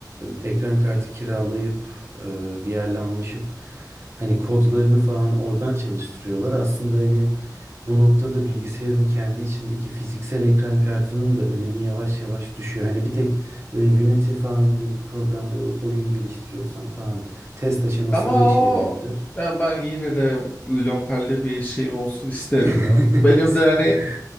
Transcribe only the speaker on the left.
Ama o
yani ben yine de lokalde bir şeyim olsun isterim
ya. Benim de hani